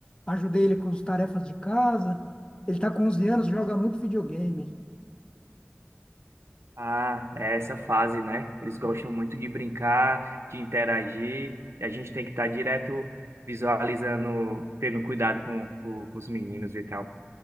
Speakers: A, on the left (about 20°); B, on the right (about 75°).
A: ajudei ele com as tarefas de casa. Ele tá com 11 anos, joga muito videogame.
B: Ah, é essa fase, né? Eles gostam
A: É.
B: muito de brincar, de interagir, e a gente tem que estar direto visualizando, tendo cuidado com, com os meninos e tal.